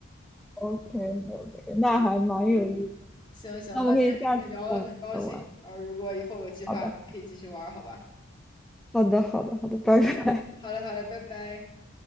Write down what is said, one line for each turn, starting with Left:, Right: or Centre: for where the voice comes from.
Centre: o k o k 那还蛮有意思。
Left: 行行，
Centre: 那我们可以下次再玩。
Left: 那今天跟你聊得很高兴，然后如果以后有计划，
Centre: 好的，
Left: 咱们可以继续玩儿好吧？
Centre: 好的，好的，好的，拜拜。
Left: 好嘞，好嘞，拜拜。